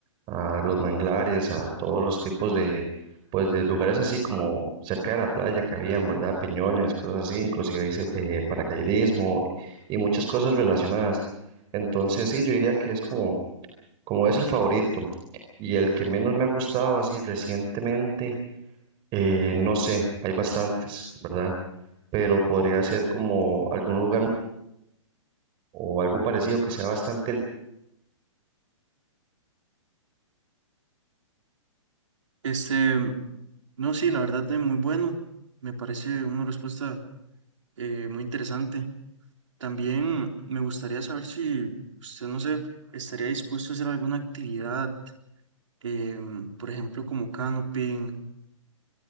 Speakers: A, on the right (about 30°); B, on the right (about 65°).
A: a los manglares, a todos los tipos de, pues, de lugares así como cerca de la playa que habían, ¿verdad? Peñones, cosas así, inclusive hice eh, paracaidismo y muchas cosas relacionadas. Entonces, sí, yo diría que es como, como es el favorito. Y el que menos me ha gustado así recientemente, eh, no sé, hay bastantes, ¿verdad? Pero podría ser como algún lugar o algo parecido que sea bastante,
B: Este, no, sí, la verdad es muy bueno. Me parece una respuesta eh, muy interesante. También me gustaría saber si usted, no sé, estaría dispuesto a hacer alguna actividad, em, por ejemplo, como canoping